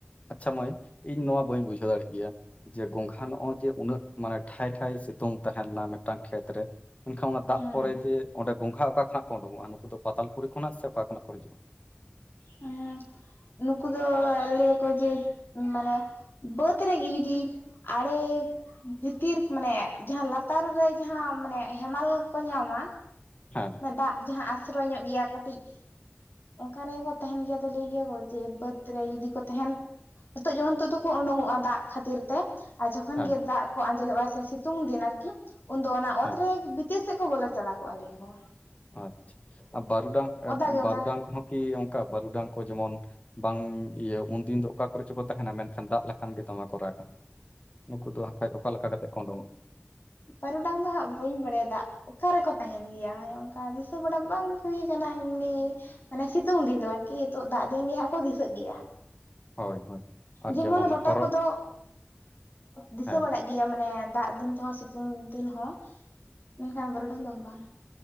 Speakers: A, on the left; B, on the left.
A: ᱟᱪᱪᱷᱟ ᱢᱟᱹᱭ ᱤᱧ ᱱᱚᱣᱟ ᱵᱟᱹᱧ ᱵᱩᱡᱷᱟᱹᱣ ᱫᱟᱲᱮᱜ ᱜᱮᱭᱟ ᱡᱮ ᱜᱚᱝᱜᱷᱟ ᱱᱚᱜᱼᱚᱭ ᱡᱮ ᱩᱱᱟᱹᱜ ᱢᱟᱱᱮ ᱴᱷᱟᱭᱭ ᱴᱷᱟᱭ ᱥᱤᱛᱩᱝ ᱛᱟᱦᱮᱸ ᱞᱮᱱᱟ ᱢᱤᱫᱴᱟᱱ ᱠᱷᱮᱛᱨᱮ ᱢᱮᱱᱱᱠᱷᱟᱱ ᱚᱱᱟ ᱫᱟᱜ
B: ᱦᱮᱸ
A: ᱯᱚᱨᱮ ᱡᱮ ᱚᱸᱰᱮ ᱵᱚᱸᱜᱷᱟ ᱚᱠᱟ ᱠᱷᱚᱱᱟᱜ ᱠᱚ ᱩᱰᱩᱠᱚᱜᱼᱟ ᱱᱩᱠᱩ ᱫᱚ ᱯᱟᱛᱟᱞᱯᱩᱨᱤ ᱠᱷᱚᱱᱟᱜ ᱥᱮ ᱚᱠᱟ ᱠᱷᱚᱱᱟᱜ ᱠᱚ ᱦᱤᱡᱩᱜᱼᱟ <inaudible>
B: ᱦᱮᱸ ᱱᱩᱠᱩ ᱫᱚ ᱞᱟᱹᱭᱟᱠᱚ ᱡᱮ ᱢᱟᱱᱮ ᱵᱟᱹᱫᱽ ᱨᱮᱜᱮ ᱡᱩᱫᱤ ᱟᱲᱮ ᱵᱷᱤᱛᱤᱨ ᱢᱟᱱᱮ ᱡᱟᱦᱟᱸ ᱞᱟᱛᱟᱨ ᱨᱮ ᱡᱟᱦᱟᱸ ᱢᱟᱱᱮ ᱦᱮᱢᱟᱞ ᱠᱚ ᱧᱟᱢᱟ
A: ᱦᱮᱸ
B: ᱚᱱᱟ ᱫᱟᱜ ᱡᱟᱦᱟᱸ ᱟᱥᱨᱚᱭ ᱧᱚᱜ ᱜᱮᱭᱟ ᱠᱟᱹᱴᱤᱡ ᱚᱱᱠᱟ ᱨᱮᱜᱮᱠᱚ ᱛᱟᱦᱮᱱ ᱜᱮᱭᱟ ᱛ ᱞᱟᱹᱭ ᱜᱮᱭᱟ ᱠᱚ ᱡᱮ ᱵᱟᱹᱫ ᱨᱮ ᱤᱫᱤ ᱠᱚ ᱛᱟᱦᱮᱱ ᱱᱤᱛᱚᱜ ᱡᱮᱢᱚᱱ ᱱᱤᱛᱚᱜ ᱫᱚᱠᱚ ᱩᱰᱩᱠᱚᱜᱼᱟ ᱫᱟᱜ ᱠᱷᱟᱹᱛᱤᱨ ᱛᱮ ᱟᱨ ᱡᱚᱠᱷᱚᱱ
A: ᱦᱮᱸ
B: ᱜᱮ ᱫᱟᱜ ᱠᱚ ᱟᱸᱡᱮᱫᱚᱜᱼᱟ ᱥᱮ ᱥᱤᱛᱩᱝ ᱫᱤᱱ ᱟᱨᱠᱤ ᱩᱱᱫᱚ ᱚᱱᱟ
A: ᱦᱮᱸ
B: ᱚᱛᱨᱮ ᱛᱤ ᱥᱮᱫ ᱠᱚ ᱵᱚᱞᱚ ᱪᱟᱞᱟᱣ ᱠᱚᱜᱼᱟ ᱞᱟ. ᱭᱟᱠᱳ
A: ᱟᱪᱪᱷᱟ ᱵᱟᱨᱩᱰᱟᱝ
B: ᱚᱫᱟ ᱜᱮ
A: ᱵᱟᱨᱩᱰᱟᱝ
B: ᱚᱫᱟ
A: ᱠᱚᱦᱚᱸ ᱠᱤ ᱚᱱᱠᱟ ᱵᱟᱹᱨᱩᱰᱟᱝ ᱠᱚ ᱡᱮᱢᱚᱱ ᱵᱟᱝ ᱤᱭᱟᱹ ᱩᱱᱫᱤᱱ ᱫᱚ ᱚᱠᱟ ᱠᱚᱨᱮ ᱪᱚᱠᱚ ᱛᱟᱦᱮᱱᱟ ᱢᱮᱱᱠᱷᱟᱱ ᱫᱟᱜ ᱞᱮᱠᱷᱟᱱ ᱜᱮ ᱫᱚᱢᱮ ᱠᱚ ᱨᱟᱜᱟ᱾ ᱩᱱᱠᱩ ᱫᱚ ᱵᱟᱠᱷᱟᱡ ᱚᱠᱟ ᱞᱮᱠᱟ ᱠᱟ ᱠᱟᱛᱮᱮᱫ ᱠᱚ ᱩᱰᱩᱠᱚᱜᱼᱟ᱾
B: ᱵᱟᱨᱚᱚᱴᱟᱝ ᱫᱚ ᱦᱟᱸᱜ ᱵᱟᱹᱧ ᱵᱟᱲᱟᱭᱟ ᱫᱟᱜ ᱚᱠᱟᱨᱮᱠᱚ ᱛᱟᱦᱮᱱ ᱜᱮᱭᱟ ᱚᱱᱮ ᱚᱱᱠᱟ ᱫᱤᱥᱟᱹ ᱵᱟᱲᱟ ᱵᱟᱝ ᱦᱩᱭ ᱠᱟᱱᱟ ᱮᱢᱱᱤ ᱢᱟᱱᱮ ᱥᱤᱛᱩᱝ ᱫᱤᱱ ᱫᱚ ᱟᱨᱠᱤ ᱱᱤᱛᱚᱜ ᱫᱟᱜ ᱫᱤᱱ ᱜᱮ ᱦᱟᱸᱜ ᱠᱚ ᱫᱤᱥᱟᱹᱜ ᱜᱮᱭᱟ
A: ᱦᱳᱭ ᱦᱳᱭ ᱟᱨ
B: ᱡᱮᱢᱚᱱ ᱨᱚᱴᱮ
A: ᱦᱚᱨᱚᱜ
B: ᱠᱚᱫᱚ ᱫᱤᱥᱟᱹ
A: ᱦᱮᱸ
B: ᱵᱟᱲᱟᱜ ᱜᱮᱭᱟ ᱢᱟᱱᱮ ᱫᱟᱜ ᱫᱤᱱ ᱛᱮᱦ ᱥᱤᱛᱩᱝ ᱫᱤᱱ ᱦᱚᱸ ᱢᱮᱱᱠᱷᱟᱱ ᱵᱚᱨᱰᱟᱝ ᱫᱚ ᱵᱟᱝ